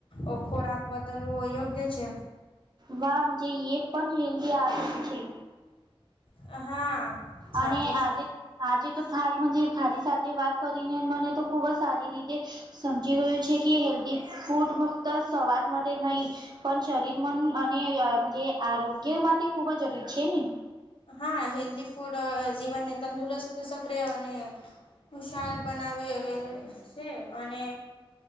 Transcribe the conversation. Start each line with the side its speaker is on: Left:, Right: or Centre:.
Left: ઓ ખોરાક બદલવું અયોગ્ય છે.
Right: વાહ મુજ એ પણ હેલ્દી આદત છે.
Left: હા. સાચું
Right: અને આજે
Left: છે
Right: આજે તો થારી મન્જેથારી સાથે વાત કરીને મને તો ખુબ જ સારી રીતે તે સમજી ગયું છે કે હેલ્ધી ફૂડ ફક્ત સવાદ માટે નહીં પણ શરીર મન અને આરોગ્ય માટે ખુબ જ જરૂરી છે ને.
Left: હા હેલ્ધી ફૂડ જીવનને તંદુરસ્ત. સકરે અને ઉશાલ બનાવે. છે અને